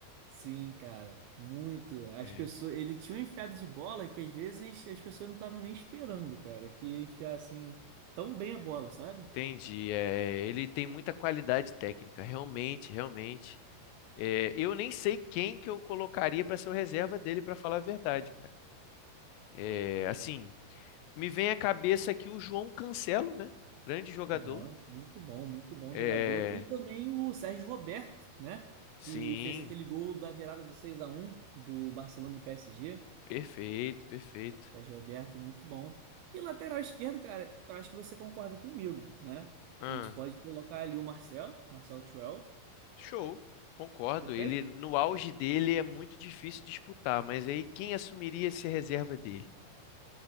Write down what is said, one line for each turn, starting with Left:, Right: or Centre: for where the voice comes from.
Right: Sim, cara, muito. As
Left: É.
Right: pessoas, ele tinha uma enfiada de bola que às vezes as pessoas não estavam nem esperando, cara, que ia enfiar assim tão bem a bola, sabe?
Left: Entendi. É, ele tem muita qualidade técnica, realmente, realmente. É, eu nem sei quem que eu colocaria para ser o reserva dele, para falar a verdade, cara. É, assim, Me vem à cabeça aqui o João Cancelo, né? Grande jogador.
Right: Bom, muito bom, muito bom
Left: É,
Right: jogador. Tem também o Sérgio Roberto, né,
Left: sim,
Right: que fez aquele gol da virada do 6 a um do Barcelona e PSG.
Left: perfeito, perfeito.
Right: Sérgio Roberto, muito bom. E lateral esquerdo, cara, eu acho que você concorda comigo, né?
Left: Ah,
Right: Que a gente pode colocar ali o Marcelo, Marcelo 12,
Left: show, concordo.
Right: perfeito?
Left: Ele no auge dele é muito difícil disputar, mas aí quem assumiria essa reserva dele?